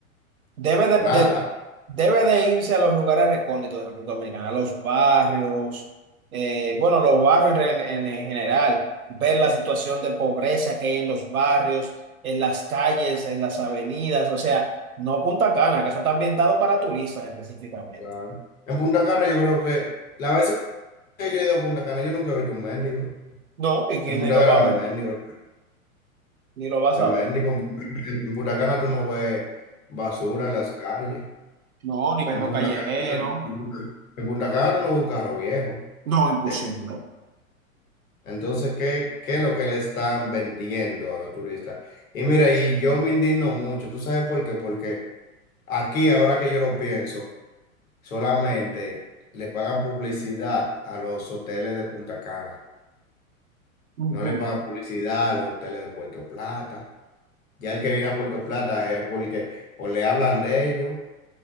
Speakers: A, on the right; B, on the left.
A: Debe de,
B: Nada.
A: de- debe de irse a los lugares recónditos de República Dominicana, a los barrios, eh, bueno, los barrios en, en- en general, ver la situación de pobreza que hay en los barrios, en las calles, en las avenidas, o sea, no Punta Cana, que eso está ambientado para turistas específicamente.
B: claro. En Punta Cana yo creo que la vez que yo he ido a Punta Cana, yo nunca he visto un mendigo.
A: No, y que
B: En
A: ni
B: Punta
A: lo
B: Cana
A: va
B: no
A: a ver,
B: hay mendigo.
A: ni lo va a
B: No
A: saber.
B: hay mendigo. En Punta en Punta Cana tú no ves basura en las calles.
A: No, ni perro
B: En Punta
A: callejero.
B: Cana, en Punta en Punta Cana tú no ves un carro viejo.
A: No, imposible.
B: de co- Entonces, ¿qué, qué es lo que le están vendiendo a los turistas? Y mira, y yo me indigno mucho. ¿Tú sabes por qué? Porque aquí, ahora que yo lo pienso, solamente le pagan publicidad a los hoteles de Punta Cana.
A: Ujú.
B: No le pagan publicidad a los hoteles de Puerto Plata. Ya el que viene a Puerto Plata es porque o le hablan de ellos